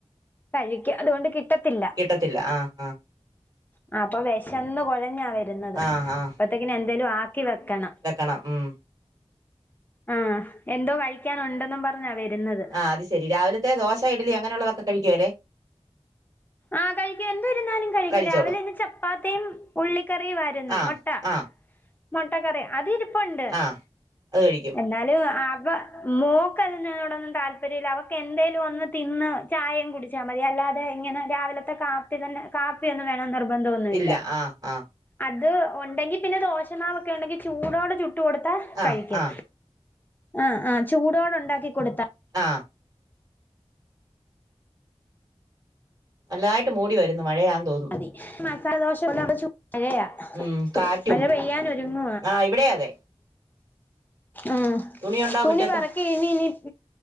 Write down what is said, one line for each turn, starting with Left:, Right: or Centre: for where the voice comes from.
Left: കഴിക്ക അതുകൊണ്ട് കിട്ടത്തില്ല.
Right: കിട്ടത്തില്ല ആഹ് ആഹ്
Left: ആഹ് അപ്പൊ വെശന്ന് കുഴഞ്ഞാ വരുന്നത്
Right: ആഹ് ആഹ്
Left: അപ്പത്തേക്കിന് എന്തേലും ആക്കി വെക്കണം.
Right: വെക്കണം ഉം
Left: ആഹ് എന്തോ കഴിക്കാനുണ്ടെന്നും പറഞ്ഞാ വെരുന്നത്.
Right: ആ അത് ശരി രാവിലത്തെ ദോശ ഇഡലി അങ്ങനെയുള്ളതൊക്കെ കഴിക്കേ അവര്
Left: ആഹ് കഴിക്കാൻണ്ട്. ന്ത്‌ര്ന്നാലും കഴികും
Right: കഴിച്ചോളും
Left: രാവിലെ ഇന്ന് ചപ്പാത്തിം ഉള്ളിക്കറിയുമായിരുന്നു
Right: ആ
Left: മൊട്ട
Right: ആ
Left: മുട്ടക്കറി അതി ഇരിപ്പുണ്ട്
Right: ആ അത് കഴിക്കും
Left: എ ന്നാലും അവ മോക്ക് അതിനോടൊന്നും താൽപര്യല്ല അവക്ക് എന്തേലും ഒന്ന് തിന്ന് ചായിം കുടിച്ചാ മതി അല്ലാതെ ഇങ്ങനെ രാവിലത്തെ കാപ്പി തന്നെ കാപ്പിയൊന്നും വേണോന്ന് നിർബന്ധഒന്നുല്ല
Right: ഇല്ല ആ ആ
Left: അത് ഒണ്ടെങ്കി പിന്നെ ദോഷമാവൊക്കെ ഉണ്ടെങ്കി ചൂടോടെ ചു ട്ട് കൊടുത്താ
Right: ആ
Left: കഴിക്കും
Right: ആ
Left: ആഹ് ആഹ് ചൂടോടെ ഉണ്ടാക്കി കൊട്ത്ത
Right: ആഹ് നല്ലതായിട്ട് മൂടി വരുന്നു മഴയാന്ന് തോന്നുന്നു
Left: മതി മസാലദോശല പോലെ ചു മഴയാ
Right: ഉം കാറ്റും
Left: മഴ പെയ്യാനൊരുങ്ങുവാ
Right: ആ ഇവിടെ അതെ
Left: ഉം
Right: തുണിയുണ്ടോ
Left: തുണി
Right: മുറ്റത്ത്
Left: പെറ ക്കി ഇഞ് ഞ്ഞ്